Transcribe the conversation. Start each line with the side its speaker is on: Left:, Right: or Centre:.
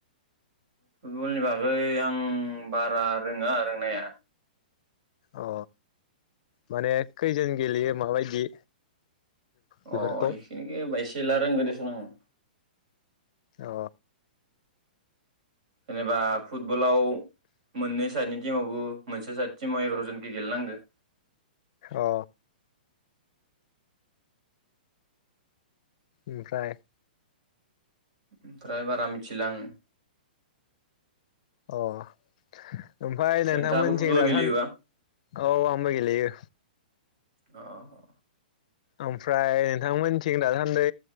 Right: फुटबलनिबागै आं बारारोङा रोंनाया।
Left: अ माने खैजोनगेलेयो माबायदि। बेफोरखौ
Right: अ इखिनिखौ बायसि खेला रोंगोदेसुन आङो।
Left: अ
Right: जेनेबा फुटबलआव मोननैस दानि दिमावबो मोनसे सादथिमाव एग्रजन गेलेनांगौ
Left: अ ओमफ्राय
Right: ओमफ्राय बारा मिथिला आङो
Left: अ ओमफाय नोंथांमोननिथिं
Right: नोंथाङाबो फुटबल
Left: दासान
Right: गेलेयोबा
Left: औ आंबो गेलेयो
Right: अ अ
Left: ओमफ्राय नोंथां मोननिथिं दासान्दै